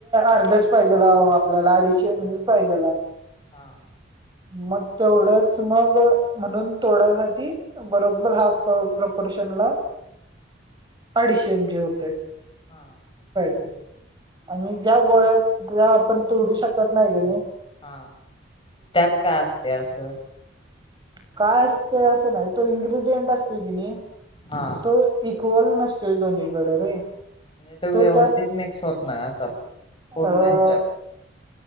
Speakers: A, on the right (about 25°); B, on the left (about 30°).
A: अर्धाच पाहिजेला आपल्याला अडीचशे <unintelligible> पाहिजेलाय.
B: हा.
A: मग तेवढंच मग म्हणून, तोडाय साठी बरोबर हा. प प्रपोर्शन ला अडीचशे एमजी होतेयं.
B: हा.
A: आणि ज्या गोळ्यात त्या आपण तोडू शकत नाही. किनइ
B: हा, त्यात काय असते असं?
A: काय असतं असं नाही. तो इन्ग्र्रीडियंट असतोय किनइ
B: हा
A: तो इक्वल न <unintelligible> दोन्हीकडे रे.
B: <unintelligible>
A: तो
B: व्यवस्थित
A: त्यात
B: मिक्स होत नाही, असा
A: अ
B: पूर्ण ह्याच्यात.